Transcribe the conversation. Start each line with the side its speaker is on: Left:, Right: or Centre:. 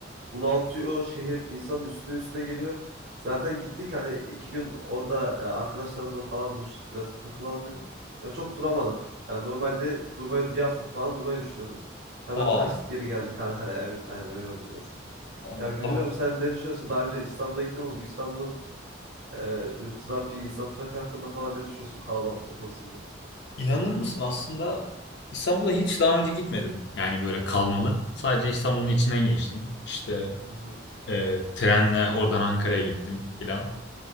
Right: bunaltıyor şehir insanın üstüne üstüne geliyor. Zaten gittik hani iki gün orada e, arkadaşlarımızla falan buluştuk biraz takılalım dedik. Ya çok duramadık. Yani normalde durmayı bir hafta falan durmayı düşünüyordum. Hemen
Left: Aa,
Right: kaçtık geri geldik Ankara'ya. Evet aynen öyle oldu biraz.
Left: aa,
Right: Ya bilmiyorum
Left: tamam.
Right: sen ne düşünüyorsun? Daha önce İstanbul'a gittin mi? Bu İstanbul'un ee, böyle trafiği, insan trafiği hakkında falan ne düşünüyorsun kalabalıklık konusunda?
Left: İnanır mısın aslında İstanbul'a hiç daha önce gitmedim. Yani böyle kalmalı. Sadece İstanbul'un içinden geçtim. İşte
Right: Hı hı,
Left: E, trenle oradan Ankara'ya gittim filan.